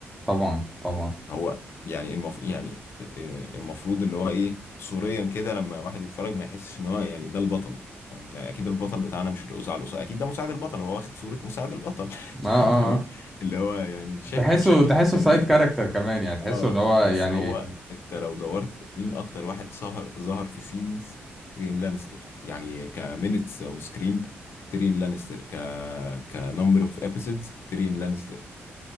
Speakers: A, in the centre; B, on the left.
A: طبعا طبعا
B: هو يعني المف... يعني آه، المفروض اللي هو ايه صوريا كده لما واحد يتفرج ما يحسش ان هو يعني ده البطل فاهم يعني اكيد البطل بتاعنا مش الاذاعه الاذاعه اكيد ده مساعد البطل هو واخد صوره مساعد البطل <laughs>
A: اه اه
B: تمام
A: آه.
B: اللي هو يعني شكله
A: تحسه
B: شكل
A: تحسه
B: سناد
A: سايد كاركتر كمان يعني تحسه
B: اه
A: اللي هو
B: بس
A: يعني
B: يا نهار هو أبيض انت لو دورت مين اكتر واحد سهر ظهر في سينز تيريون لانستر يعني كمينتس اون سكرين تيريون لانستر ك كنمبر اوف ابيسودز تيريون لانستر